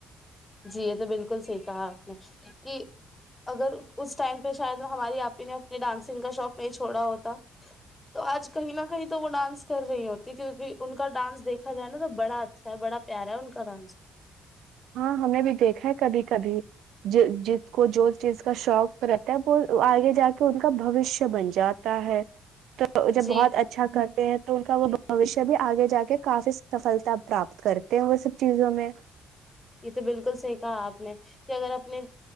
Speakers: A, on the left; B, on the right.
A: جی یہ تو بالکل صحی کہا آپ نے کہ اگر اس ٹائم پہ شاید ہماری آپ ہی نے اپنی ڈانسنگ کا شوق نہیں چھوڑا ہوتا تو آج کہیں نہ کہیں تو وہ ڈانس کر رہی ہوتی کیونکہ ان کا ڈانس دیکھا جائے نا تو بڑا اچھا ہے بڑا پیارا ہے ان کا ڈانس
B: ہاں ہم نے بھی دیکھا ہے کبھی کبھی جس کو جو چیز کو کا شوق تو رہتا ہےب آگے ج کے ان کا بوشیہ بن جائے جاتا ہے تو جب
A: جی
B: بہت اچھا کرتے ہیں تو ان کا وہ بوشیہ بھی آگے جا کے کافی سفلتا پراپت کرتے ہیں وہ سب چیزوں میں
A: یہ تو بالکل صحیح کہا آپ نے کہ اگر اپنے